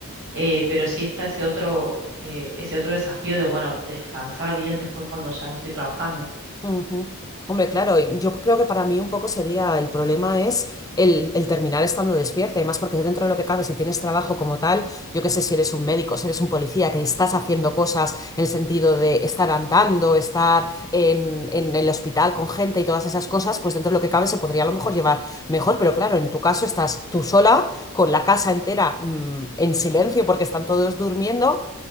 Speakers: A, on the right (about 55°); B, on the left (about 15°).
A: eh, pero sí está ese otro, eh, ese otro desafío de, bueno, descansar bien después cuando ya no estoy trabajando.
B: Ujú. Hombre, claro, y yo creo que para mí un poco sería el problema es el, el terminar estando despierta, y más porque dentro de lo que cabe, si tienes trabajo como tal, yo qué sé, si eres un médico, si eres un policía, que estás haciendo cosas en el sentido de estar andando, estar en, en el hospital con gente y todas esas cosas, pues dentro de lo que cabe se podría a lo mejor llevar mejor, pero claro, en tu caso estás tú sola, con la casa entera, mm, en silencio porque están todos durmiendo